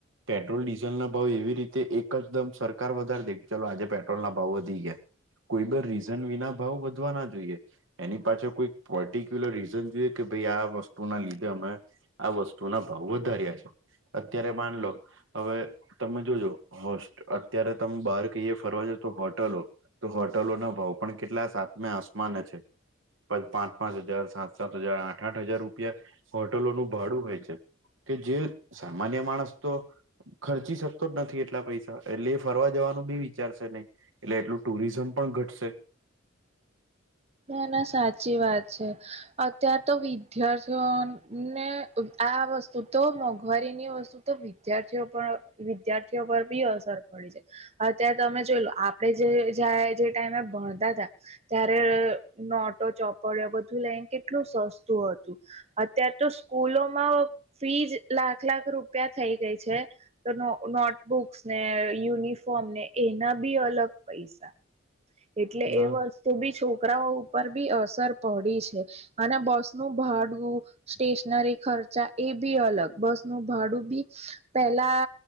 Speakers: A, on the right (about 70°); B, on the right (about 30°).
A: પેટ્રોલ ડીઝલના ભાવ એવી રીતે એક જદમ સરકાર વધારે દે ચાલલો આજે પેટ્રોલના ભાવ વધી ગયા કોઈ બ રીઝન વિના ભાવ વધવા ના જોઈએ. એની પાછળ કોઈ પર્ટિક્યુલર રીઝન જોઈએ કે ભાઈ આ વસ્તુના લીધે અમે આ વસ્તુના ભાવ વધાર્યા છે અત્યારે માનલો હવે તમે જોજો હો અત્યારે તમે બહાર કહીયે ફરવાજો તો હોટલો તો હોટલો ના ભાવ પણ કેટલા સાતમે આસમાને છે. પાંચ પાંચ હજાર સાત સાત હજાર આઠ આઠ હજાર રૂપિયા હોટલોનું ભાડું હોય છે. કે જે સામાન્ય માણસ તો ખર્ચી શકતો જ નથી એટલા પૈસા એટલે એ ફરવા જવાનું બી વિચારશે નહી. એટલે એટલું ટુરિઝમ પણ ઘટશે.
B: ના ના સાચી વાત છે. અત્યારે તો વિદ્યાર્થીઓને આ વસ વસ્તુ તો મોંઘવારીની વસ્તુ તો વિદ્યાર્થીઓ પર વિદ્યાર્થીઓ પર બી અસર પડી છે અત્યારે તમે જોઈ લો આપણેે જે જ જે ટાઈમે ભણતા હતા ત્યારે નોટો ચોપડ્યા બધું લઈને કેટલું સસ્તું હતું અત્યાર તો સ્કૂલોમાં ફીજ લાખ લાખ રૂપિયા થઈ ગઈ છે. તો નોટબુક્સ ને યુનિફોર્મ ને એના બી અલગ પૈસા એટલે
A: ના
B: એ વસ્તુ બી છોકરાઓ ઉપર બી અસર પડી છે. અને બસ નું ભાડું સ્ટેશનરી ખર્ચા એ બી અલગ બસ નું ભાડું બી પેલા